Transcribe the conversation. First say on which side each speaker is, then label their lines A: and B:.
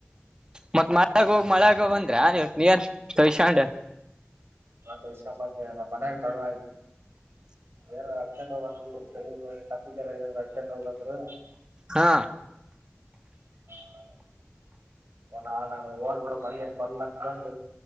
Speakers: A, on the right; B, on the right.
A: ಮತ್ ಮಳಗ ಹೋಗಿ ಮಳಗ ಬಂದ್ರ ಇವತ್ ನೀನ್ ತಸೊಂಡ
B: ತೋಸ್ಕೊಂಡ್ ಬಂದ್ೇ ನಮ್ಮ ಮನ್ಯಾಗ ತೊಡುವಯ್ತು ಏನ ಅಕೊಂಡು ಹೋಗು ಅಂದ್ರು ತಲೆಗೆ ಏನರಾ ಅರ್ಕೊಂಡ ಹೋಗ್ ಅಂದ್ರು
A: ಹಾ
B: ಆ, ನಾನು ಹೋಗೋಣ ಬಿಡು ಮಳೆ ಏನು ಬರ್ಲಾ ಅನ್ಕೊಂಡ